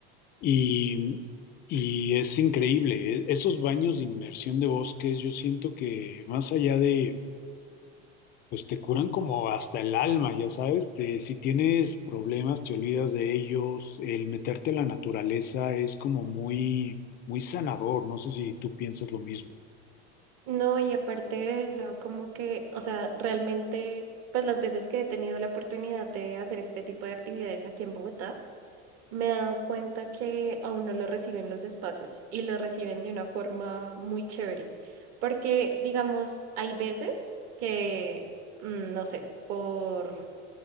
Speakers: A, on the left; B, on the right.
A: y, y es increíble. E- Esos baños de inmersión de bosques, yo siento que más allá de pues te curan como hasta el alma, ya sabes, te- si tienes problemas te olvidas de ellos, el meterte a la naturaleza es como muy, muy sanador, no sé si tú piensas lo mismo.
B: No, y aparte de eso, como que, o sea, realmente, pues las veces que he tenido la oportunidad de hacer este tipo de actividades aquí en Bogotá, me he dado cuenta que a uno lo reciben los espacios y lo reciben de una forma muy chévere. Porque, digamos, hay veces que, mm, no sé, por